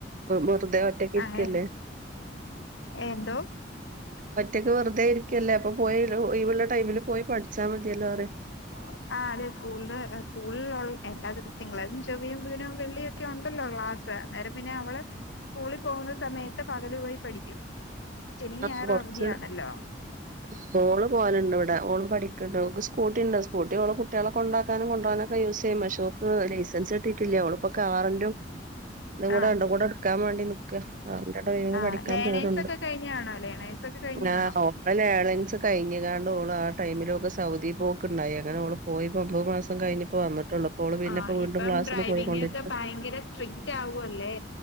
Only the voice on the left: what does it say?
അങ്ങനെ എന്തോ
ആഹ് അതെ സ്കൂള സ്കൂളിൽ എല്ലാ ദിവ തിങ്കളാഴ്‌ച്ചിം ചൊവ്വി ബുധനും വെള്ളിയൊക്കെ ഉണ്ടല്ലോ ക്ലാസ് അന്നേരം പിന്നെ അവള് സ്കൂളിൽ പോകുന്ന സമയത്ത് പകല് പോയി പഠിക്കും ശനി
ഞായറും
അവധിയാണല്ലോ
ആ
ആഹ്
ലേണേഴ്സ്
ഒക്കെ കഴിഞ്ഞാണോ ലേണേഴ്സ് ഒക്കെ കഴിഞ്ഞാണോ
ആഹ്
ഇപ്പ
ഡ്രൈവിങ്ങൊക്കെ
ഭയങ്കര സ്ട്രിക്റ്റ് ആവുല്ലേ